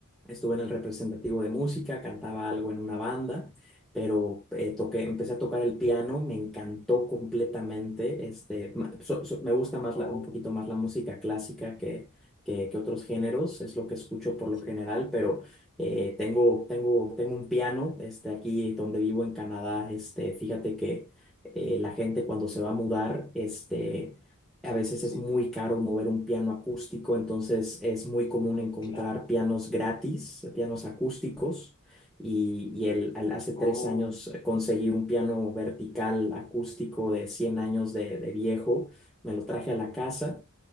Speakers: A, in the centre; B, on the left (about 20°).
A: estuve en el representativo de música, cantaba algo en una banda, pero eh, toqué, empecé a tocar el piano, me encantó completamente, este, ma- so- so- me gusta más
B: Oh,
A: la- un poquito más la música clásica que, que, que otros géneros, es lo que escucho por lo
B: sí,
A: general, pero eh, tengo, tengo, tengo un piano este, aquí donde vivo en Canadá, este, fíjate que... eh, la gente cuando se va a mudar, este, a veces
B: sí,
A: es muy caro mover un piano acústico, entonces es muy común encontrar
B: claro.
A: pianos gratis, pianos acústicos. Y, y el, al- hace tres
B: Oh,
A: años eh, conseguí un piano vertical acústico de 100 años de, de viejo, me lo traje a la casa